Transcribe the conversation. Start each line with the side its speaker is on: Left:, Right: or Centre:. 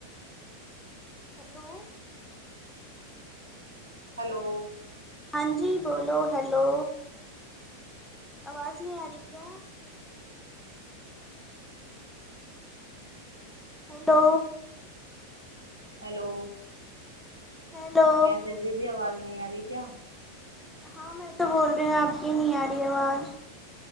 Centre: हेलो
Right: हलो
Centre: हँ जी बोलो हैेलो आवाज नइ आ री क्या हेलो
Right: हेलो
Centre: हेलो
Right: कैसे दीदी आवाज नहि आ ये क्या
Centre: हँ में तो बोल रही हूं आप की नइ आ रइ आवाज